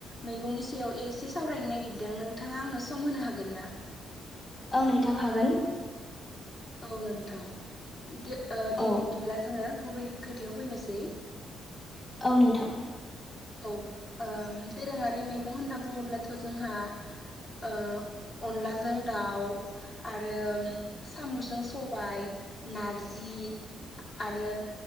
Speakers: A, on the left; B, on the left.
A: मेगंनि सायाव एसे सावरायनो नागिरदों नोंथाङा आंनो सम होनो हागोन ना?
B: औ नोंथा हागोन
A: औ नोंथां ओ दे
B: औ
A: बिब्दिब्ला जोङो गुबै खोथायाव फैनोसै
B: औ नोंथां।
A: औ ओ दोरोङारि मैगं होनना बुङोब्लाथ' जोंहा अनलाजों दाउ आरो सामुजों सबाय नारजि आरो